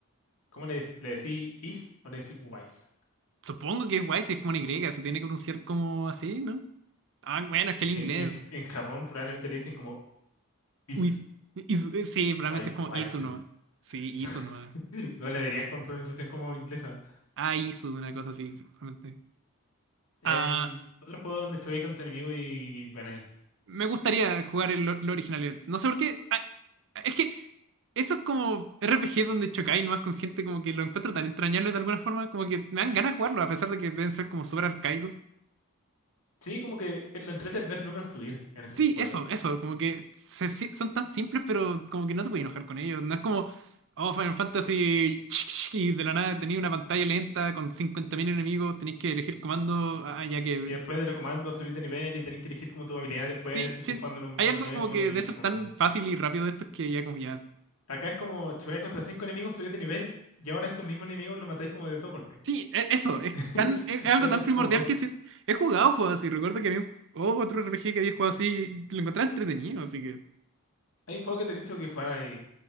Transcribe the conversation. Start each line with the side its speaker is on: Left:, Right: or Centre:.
Left: ¿Cómo le, le decís is o le decís wise?
Right: Supongo que es guay si es como una Y, se tiene que pronunciar como así, ¿no? Ah, bueno, es
Left: Es
Right: que el
Left: que
Right: inglés.
Left: en, en- en Japón probablemente le dicen como isu,
Right: Uis- is- sí, realmente
Left: wai-
Right: es como
Left: waisu.
Right: Isu nomás. Sí,
Left: <laughs>
Right: Isu nomás.
Left: No le dirían con pronunciación como inglesa.
Right: Ah, Isu, una cosa así, realmente.
Left: Em,
Right: Ah,
Left: otro juego donde choqué contra enemigos y van ahí.
Right: me gustaría jugar el, lo lo original. No sé por qué. ah, es que eso es como RPG donde chocáis nomás con gente como que lo encuentro tan entrañable de alguna forma, como que me dan ganas de jugarlo, a pesar de que deben ser como súper arcaicos.
Left: Sí, como que eh, lo entrete es ver números subir en ese
Right: Sí,
Left: juego.
Right: eso, eso, como que se- se- son tan simples, pero como que no te puedes enojar con ellos. No es como, oh, Final Fantasy, <laughs> y de la nada tenéis una pantalla lenta con 50.000 enemigos, tenéis que elegir comando, ah, ya que...
Left: Y después de los
Right: ya
Left: comandos
Right: me cansé.
Left: subir de nivel y tenés que elegir como tu habilidad después
Right: Sí,
Left: si estés
Right: sí,
Left: jugando lo más
Right: hay algo
Left: nuevo
Right: como que
Left: y
Right: de
Left: es
Right: ser
Left: como...
Right: tan fácil y rápido de estos que ya como ya...
Left: Acá es como chocar contra cinco enemigos, subí de nivel y ahora esos mismos enemigos los matáis como de dos golpes.
Right: Sí, e- eso, es
Left: <laughs>
Right: tan,
Left: Eso,
Right: es, es algo
Left: eso
Right: tan
Left: es
Right: primordial
Left: todo.
Right: que sí- he jugado juegos así. Recuerdo que había un, oh, otro RPG que había jugado así y lo encontraba entretenido, así que...
Left: Hay un juego que te he dicho que jugar ahí,